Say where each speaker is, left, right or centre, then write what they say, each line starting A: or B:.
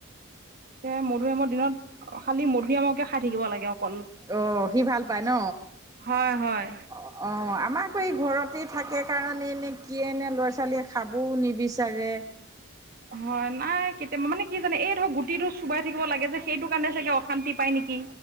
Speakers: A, on the right (about 45°); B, on the right (about 15°).
A: এ মধুৰিআমৰ দিনত খালি মধুৰিআমকে খাই থাকিব লাগে অকল
B: অহ সি ভাল পায় ন
A: হয় হয়
B: অ অ আমাকো এই ঘৰতে থাকে কাৰণে এনে কি এনে ল'ৰা ছোৱালীয়ে খাবও নিবিচাৰে
A: হয় নাই কেতিয়াবা মানে কি জানে এই ধৰক গুটি গুটিতো চুবাই থাকিব লাগে যে সেইটো কাৰণে চাগে অশান্তি পায় নেকি